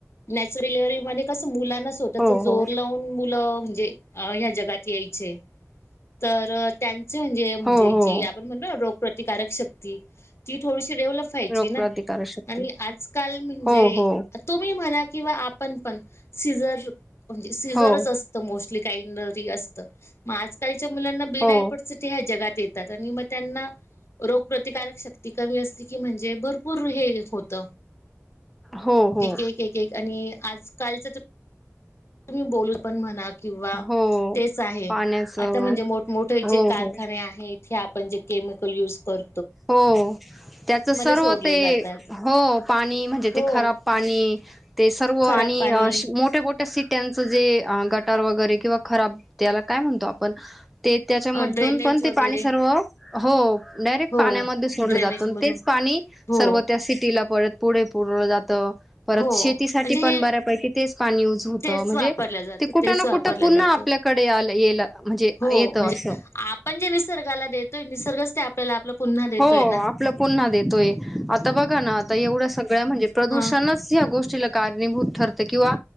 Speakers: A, on the left; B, in the centre.
A: नॅचरीलिव्हरी मधी कसं मुलां स्वतःच
B: हो
A: जोर
B: हो
A: लावून मुलं म्हणजे अ या जगात यायचे आहे. तर त्यांचे म्हणजे <unintelligible>
B: हो
A: जे
B: हो
A: जी आपण म्हणतो ना रोग प्रतिकारक शक्ती ती थोडीशी डेवलप व्हायची
B: रोगप्रतिकारक
A: ना,
B: शक्ती
A: आणि आजकाल म्हणजे
B: हो हो
A: तुम्ही म्हणा किंवा आपण पण सिझर म्हणजे सीझरच
B: हो
A: असतं मोस्ट. <unintelligible> असत मग आज काल मुलांना बिनायपट
B: हो
A: ह्या जगात य आणि मग त्यांना रोगप्रतिकारक शक्ती कमी असली की म्हणजे भरपूर हे होत.
B: हो हो
A: एक.. एक एक.. एक आणि आज कालच तुम्ही बोलू पण म्हणा किंवा
B: हो
A: तेच आहे
B: पाण्याचं
A: आता म्हणजे मोठमोठे जे
B: हो
A: कारखाने
B: हो
A: आहेत हे <unintelligible> पंज क केमिकल यूज कर
B: हो त्याच सर्व
A: सोडले
B: ते
A: जातात
B: हो पाणी म्हणजे
A: हो
B: ते खराब पाणी ते सर्व आणि
A: खराब पाणी
B: अशी मोठे मोठे सीट्यांच जे गटार वगैरे किंवा खराब त्याला, काय म्हणतो आपण? ते त्याच्यामधून
A: अ ड्रेनेज
B: पण
A: वगैरे
B: ते पाणी सर्व हो
A: हो
B: पाण्यामध्ये सोडलं
A: ड्रेनेज
B: जात
A: मधून
B: तेच पाणी
A: हो
B: सर्व त्या सिटीला परत पुढे पुरला जातो परत
A: हो
B: शेतीसाठी
A: म्हणजे
B: पण
A: हे
B: बऱ्यापैकी तेच पाणी युज होतं
A: तेच
B: म्हणजे,
A: वापरलं जातं
B: ते कुठं
A: तेच
B: ना
A: वापरलं
B: कुठं पुन्हा
A: जातं
B: आपल्याकडे आ येला म्हणजे
A: हो
B: येतं
A: म्हणजे
B: असं
A: आपण जे निसर्गाला देतोय निसर्गच ते आपल्याला आपलं. पुन्हा देतोय
B: हो
A: ना
B: <inaudible> आपलं पुन्हा देतोय आता बघा ना आता एवढ्या सगळ्या म्हणजे प्रदूषणच
A: हा
B: गोष्टीला कारणीभूत ठरते किंवा